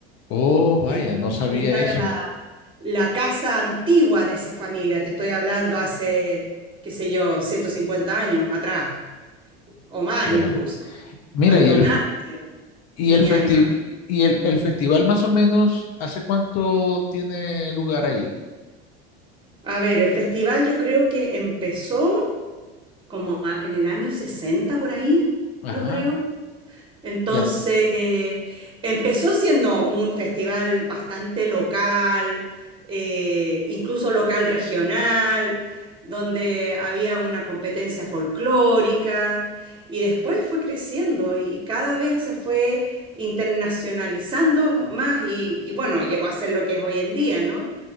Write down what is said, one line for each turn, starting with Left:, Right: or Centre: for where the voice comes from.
Left: Oh, vaya,
Right: Y,
Left: no sabía
Right: y esta
Left: eso.
Right: era la, la casa antigua de esa familia, te estoy hablando hace, qué sé yo, 150 años atrás, o más
Left: Ya.
Right: incluso,
Left: Mira,
Right: cuando
Left: y el
Right: nace
Left: f- y
Right: Viña
Left: el festi-
Right: del Mar.
Left: y el, el festival más o menos, ¿hace cuánto tiene lugar ahí?
Right: A ver, el festival yo creo que empezó como a- en el año 60 por ahí,
Left: Ajá,
Right: yo creo. Entonces,
Left: ya.
Right: eh, empezó siendo un festival bastante local, eh, incluso local regional, donde había una competencia folclórica y después fue creciendo y, y cada vez se fue internacionalizando más y, y bueno, llegó a ser lo que es hoy en día, ¿no?